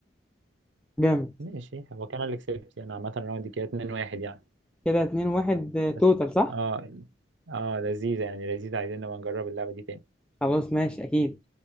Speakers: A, in the centre; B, on the right.
A: جامد
B: ماشي هو كان اللي كسبت يعني عامة الراوند دي كده 2-1 يعني
A: كده اتنين واحد آه، توتال
B: بس
A: صح
B: اه اه لذيذة يعني لذيذة عايزين نبقى نجرب اللعبة دي تاني
A: خلاص ماشي اكيد